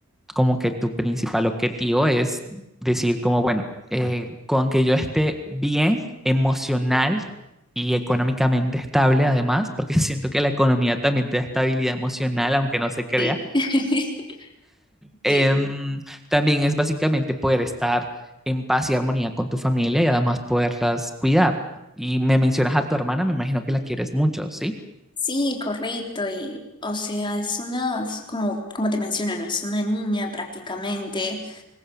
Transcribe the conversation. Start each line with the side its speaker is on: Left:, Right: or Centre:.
Centre: como que tu principal objetivo es decir como, bueno, eh, con que yo esté bien emocional y económicamente estable además, porque <laughs> siento que la economía también te da estabilidad emocional, aunque no se crea,
Left: sí, <laughs>
Centre: em,
Left: sí.
Centre: también es básicamente poder estar en paz y armonía con tu familia y además poderlas cuidar. Y me mencionas a tu hermana, me imagino que la quieres mucho, ¿sí?
Left: Sí, correcto, y o sea, es una, es como, como te menciono, no es una niña prácticamente,